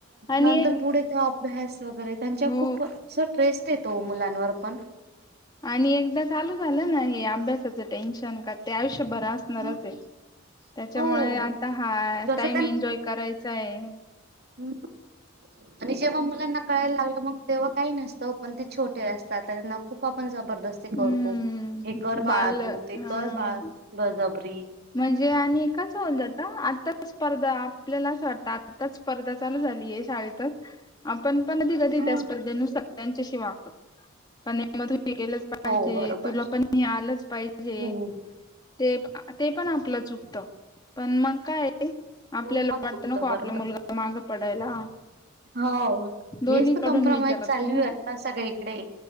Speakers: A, on the left; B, on the right.
A: आणि
B: नंतर
A: एक
B: पुढे तो अभ्यास वगैरे त्यांच्या
A: हो
B: खूप ट्रेस येतो मुलांवर पण,
A: आणि एकदा चालू झालं ना हे अभ्यासाचं टेन्शन का ते आयुष्य भर असणारच
B: हम्म.
A: आहे. त्याच्यामुळे
B: हो
A: आता हा
B: जसं
A: टाइम एन्जॉय करायचा आहे.
B: हम्म, आणि जेव्हा मुलांना कळायला लागलं. मग तेव्हा काही नसतं पण ते छोटे असतात. त्यांना खूप आपण जबर दस्ती करतो.
A: हम्म
B: हे कर
A: बाल
B: बाळा तू
A: हा
B: ते कर बाळ बळजबर
A: म्हणजे आणि कसं होऊन जात आता स्पर्धा आपल्यालाच वाटत. आताच स्पर्धा चालू झालीय. शाळेतच आपण पण कधी कधी
B: हो
A: त्या स्पर्धेनुसार त्याच्याशी वागतो. <unintelligible> केलंच पाहिजे
B: हो बरोबर
A: तुला पण हे आलंच पाहिजे
B: हो
A: ते. हे पण आपलं चुकतं. पण मग काय आपल्याला
B: हो मग
A: वाटत
B: चुकतं
A: नको आपला
B: बरोबर
A: मुलगा मागं पडायला.
B: हो हेच
A: दोन्ही कडून
B: कॉम्प्रोमाईझ
A: विचार करतो
B: चालू
A: ना
B: हाय आत्ता सगळीकडे.